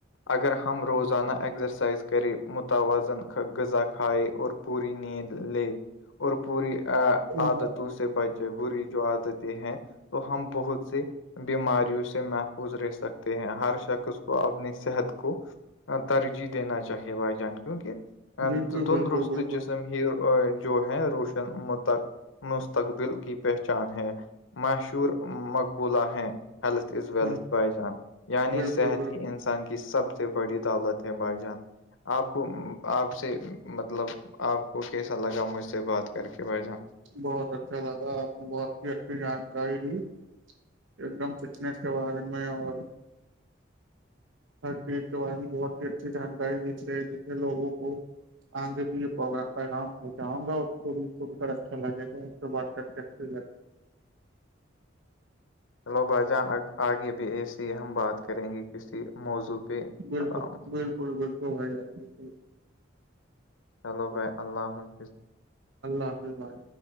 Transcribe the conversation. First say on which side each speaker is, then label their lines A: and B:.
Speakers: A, on the left (about 80°); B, on the right (about 75°).
A: اگر ہم روزانہ ایگزرسائز کریں متوازن زا کھائے اور پوری نیند لے اور پوری عادت
B: ہ
A: تو سے بچے بری جو عادتیں ہیں تو ہم بہت سے بیماریوں سے محفوظ رہ سکتے ہیں ہر شخص اس کو اپنی صحت کو ترجیح دینا چاہیے بھائی جان کیونکہ ا
B: بالکل
A: تندرست
B: بالکل بالکل
A: جسم ہی جو ہے روشن متک مستقبل کی پہچان ہے مشور مقبولہ ہیں ہیلتھ از ویلتھ
B: ہ
A: بائی جان یعنی
B: بالکل
A: صحت
B: بالکل
A: ہی انسان کی سب سے بڑی دولت ہے بھائی جان آپ کو
B: ہوں
A: آپ سے مطلب آپ کو کیسا لگا مجھ سے بات کر کے بھ جان
B: بہت اچھا لگا آپ نے بہت ہی اچھی جانکاری دی ایک دم فٹنیس کے بارے میں اور ہر چیز کے بارے میں بہت ہی اچھی جانکاری دیتے جسے لوگوں کو آگے بھی یہ پیغام پہنچاؤں گا ان کو بھی سن کر اچھا لگے گا سے بات کر کے اچھی لگ
A: چلو بھ جاں آگے بھی ایسے ہی ہم بات کریں گے کسی موضوع پہ
B: بالکل
A: آ-
B: بالکل بالکل ب جار بکل
A: چلو بھائی اللہ حافظ
B: اللہ حافظ اللہظ